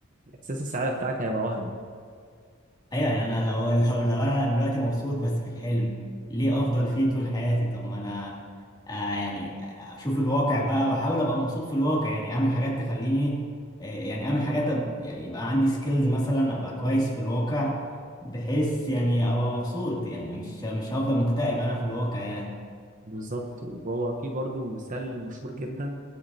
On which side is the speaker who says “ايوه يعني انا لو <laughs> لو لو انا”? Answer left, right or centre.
Left